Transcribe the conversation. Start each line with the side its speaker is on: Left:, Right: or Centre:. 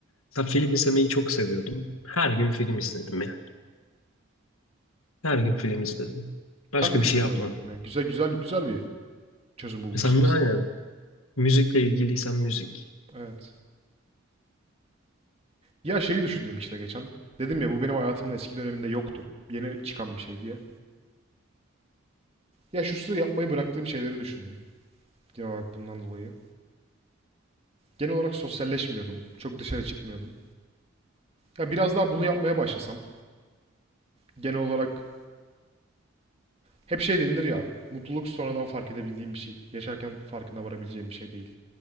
Left: Mesela film izlemeyi çok seviyordum. Her gün film izledim yani. Her gün film izledim. Başka
Right: Ben de izliyorum
Left: bir şey yapmadım.
Right: Argen ya. güzel güzel güzel bir çözüm bulmuşsun
Left: Mesela
Right: aslında.
Left: aynen müzikle ilgiliysen müzik.
Right: Evet. Ya şeyi düşündüm işte geçen. Dedim ya bu benim hayatımın eski döneminde yoktu. Yeni çıkan bir şey diye. Ya şu sıra yapmayı bıraktığım şeyleri düşündüm. Genel olarak bundan dolayı. Genel olarak sosyalleşmiyordum. Çok dışarı çıkmıyordum. Ya biraz daha bunu yapmaya başlasam. Genel olarak hep şey denilir ya. Mutluluk sonradan fark edebildiğim bir şey. Yaşarken farkına varabileceğim bir şey değil.